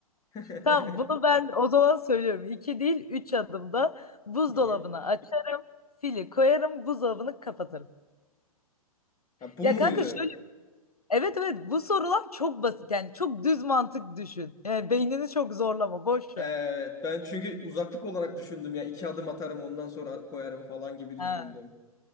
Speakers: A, on the left; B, on the left.
A: <laughs>
B: Tamam bunu ben o zaman söylüyorum. İki değil üç adımda buzdolabına
A: Niye?
B: açarım. Fili koyarım buzdolabını kapatırım.
A: Ha, bu
B: Ya
A: muydu?
B: kanka Evet evet bu sorular çok basit yani çok düz mantık düşün. Yani beynini çok zorlama boş
A: Evet
B: ver.
A: ben çünkü uzaklık olarak düşündüm ya. iki adım atarım ondan sonra koyarım falan gibi düşündüm.
B: Ha,